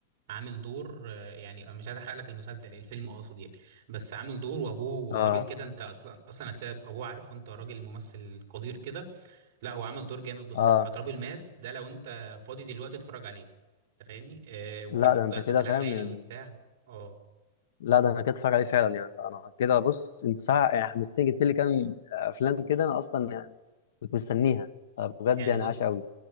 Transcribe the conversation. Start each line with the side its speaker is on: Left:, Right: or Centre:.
Right: عامل دور آه، يعني أنا مش عايز احرق لك المسلسل الفيلم اقصد يعني بس عامل دور وابوه
Left: اه
Right: راجل كده انت اصلا اصلا هتلاقي ابوه عارف وانت راجل ممثل قدير كده لا هو عامل دور جامد بصراحه
Left: اه
Right: فتراب الماس ده لو انت فاضي دلوقتي اتفرج عليه انت فاهمني آه وفي
Left: لا
Right: برضه
Left: ده انت
Right: عزت
Left: كده
Right: العلايلي
Left: فاهم يعني
Right: وبتاع اه
Left: لا ده انا كده اتفرج عليه فعلا يعني انا كده بص انت صح يعني حمستني جبت لي كام افلام كده انا اصلا يعني كنت مستنيها آه، بجد
Right: يعني
Left: يعني
Right: بص
Left: عاش قوي